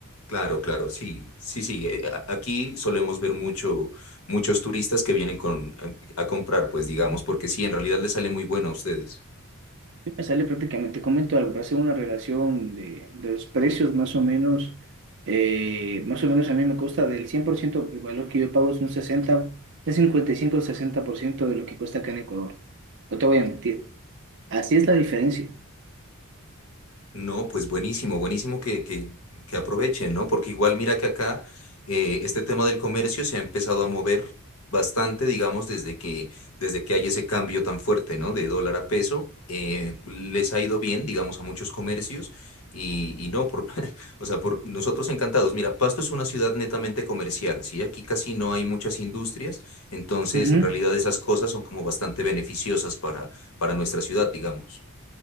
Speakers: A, on the left; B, on the right.
A: claro, claro, sí, sí, sí. eh, a- Aquí solemos ver mucho, muchos turistas que vienen con, a, a comprar, pues digamos, porque sí, en realidad les sale muy bueno a ustedes.
B: Me sale prácticamente, te comento algo, para hacer una relación de, de los precios más o menos, eh, más o menos a mí me cuesta del 100% el valor que yo pago es un 60, de 55 o ciento de lo que cuesta acá en Ecuador. No te voy a mentir, así es la diferencia.
A: No, pues buenísimo, buenísimo que, que, que aprovechen, ¿no? Porque igual mira que acá eh, este tema del comercio se ha empezado a mover bastante, digamos, desde que, desde que hay ese cambio tan fuerte, ¿no? De dólar a peso, eh, les ha ido bien, digamos, a muchos comercios y, y no, por, <laughs> o sea, por nosotros encantados. Mira, Pasto es una ciudad netamente comercial, ¿sí? Aquí casi no hay muchas industrias, entonces
B: Ujú.
A: en realidad esas cosas son como bastante beneficiosas para, para nuestra ciudad, digamos.